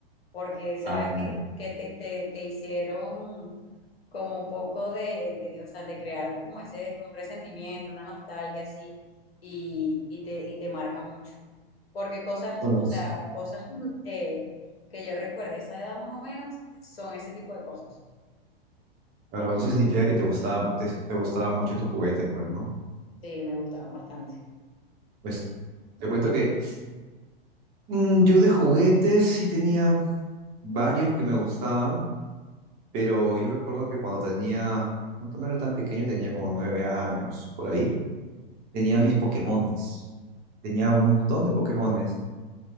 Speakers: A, on the left; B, on the right.
A: porque sabes
B: Ah, genial.
A: que, que te, te, te hicieron como un poco de, de, o sea, te crearon como ese, un resentimiento, una nostalgia así, y, y te, y te marcan mucho. Porque cosas,
B: Bueno,
A: o
B: pues,
A: sea, cosas mm, eh, que yo recuerdo a esa edad más o menos son ese tipo de cosas.
B: claro, bueno, eso significa que te gustaba, te, te gustaban mucho tus juguetes, pues, ¿no?
A: Sí, me gustaban bastante.
B: Pues, te cuento
A: Y
B: que
A: tú,
B: mm, yo de juguetes sí tenía varios que me gustaban, Pero yo recuerdo que cuando tenía, no, cuando era tan pequeño, tenía como nueve años, por ahí, tenía mis Pokémones. Tenía un montón de Pokémones